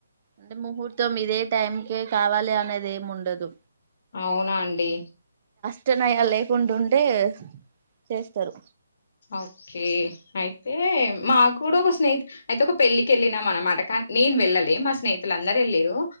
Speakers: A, on the right; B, on the left.
A: అంటే ముహూర్తం ఇదే టైం కే కావాలి అనేది ఏం ఉండదు
B: అవునా అండి
A: చేనయ లేకుండా ఉండే చేస్తారు
B: ఓకే అయితే మా కూడా ఒక స్నేహి అయితే ఒక పెళ్ళికి వెళ్ళినాం అనమాట కానీ నేను వెళ్ళాలే మా స్నేహతులు అందరు వెళ్ళరు